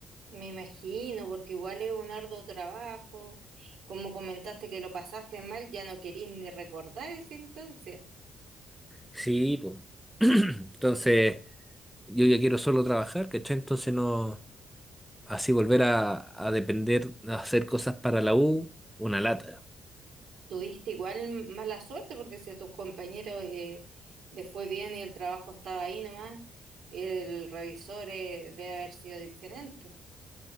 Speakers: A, on the right; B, in the centre.
A: Me imagino, porque igual es un arduo trabajo. Como comentaste que lo pasaste mal, ya no querís ni recordar ese entonces.
B: Sí, pues. <clears throat> Entonces, yo ya quiero solo trabajar, ¿cachai? Entonces no, así volver a, a depender, a hacer cosas para la U, una lata.
A: Tuviste igual mala suerte, porque si a tus compañeros eh, les fue bien y el trabajo estaba ahí nomás, el revisor eh, debe haber sido diferente.